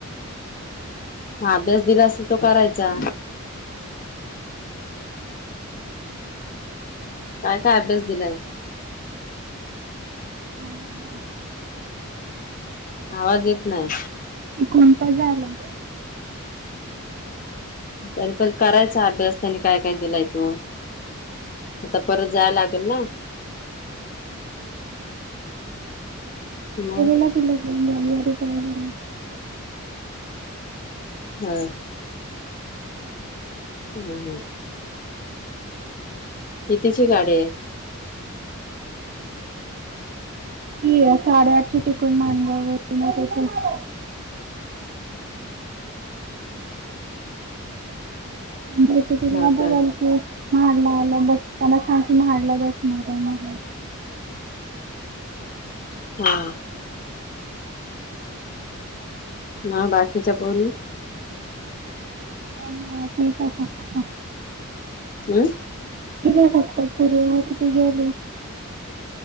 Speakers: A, on the left; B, on the right.
A: म अभ्यास दिला असल तो करायचा काय काय अभ्यास दिलाय?
B: आणि
A: आवाज येत नाय.
B: तिकुण काय झाला
A: तरी पण करायचा अभ्यास त्यांनी काय काय दिलाय तो आता परत जाय लागल ना
B: <inaudible>
A: मग
B: <inaudible>
A: हा. हम् हम. कितीची गाडी आहे?
B: की साडे आठची ते कोण मानगाव वरून येणार आहे ते म्हणजे <unintelligible>
A: हा का
B: म्हाडला आलं बासस्टँड त्यांना सांग की म्हाडला बसणार आहे म्हणून
A: हा. हा बाकीच्या पोरी
B: हा हा ठीक आहे सांगतो सांगतो
A: हुं.
B: <unintelligible> फक्त पुरगी होती ती गेली.